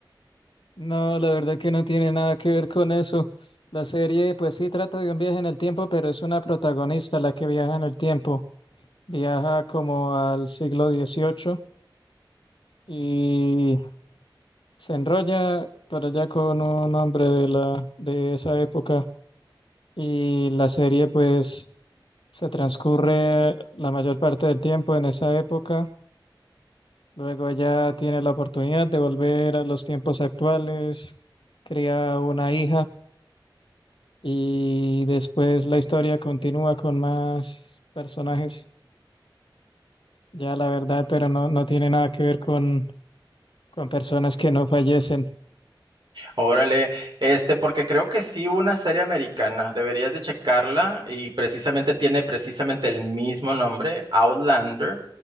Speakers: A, on the left (about 80°); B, on the right (about 70°).
A: No, la verdad que no tiene nada que ver con eso. La serie, pues sí, trata de un viaje en el tiempo, pero es una protagonista la que viaja en el tiempo. Viaja como al siglo XVIII y se enrolla por allá con un hombre de la, de esa época. Y la serie, pues, se transcurre la mayor parte del tiempo en esa época. Luego ella tiene la oportunidad de volver a los tiempos actuales, cría una hija Y después la historia continúa con más personajes, ya la verdad, pero no, no tiene nada que ver con, con personas que no fallecen.
B: Órale, este, porque creo que sí, una serie americana, deberías de checarla y precisamente tiene precisamente el mismo nombre, Outlander,